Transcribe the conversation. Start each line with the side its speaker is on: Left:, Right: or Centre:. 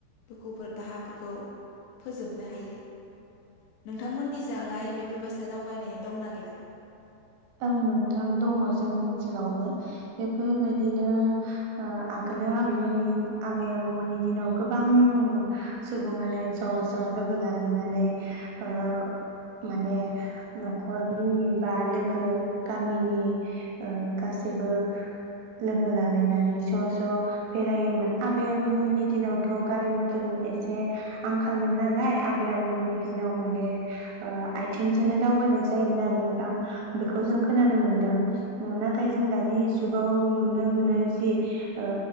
Left: दुखुफोर दाहाफोरखौ फोजोबनो हायो। नोंथांमोननिजालाय बेफोरबायसा दावबायनाया दंना गैला?
Right: औ नोंथां दङ' जोंनि ओनसोलावबो बेफोरबायदिनो ओ आगोलो आबैमोननि आबै आबौमोननि दिनाव गोबां सुबुङानो ज' ज' लोगो लालायनानै ओ माने न'खरनि बा लोगो गो गामिनि ओ गासैबो लोगो लालायनानै ज' ज' बेरायोमोन आबै आबो मोननि दिनावथ' गारि मथरनि एसे आंखालमोन नालाय आबै आबो मोननि दिनाव माने ओ आथिंजोंनो दावबायनाय जायोमोन आरो नोंथां। बेखौ जों खोनानो मोनदों नाथाय जों दानि जुगाव नुनो मोनो जि ओ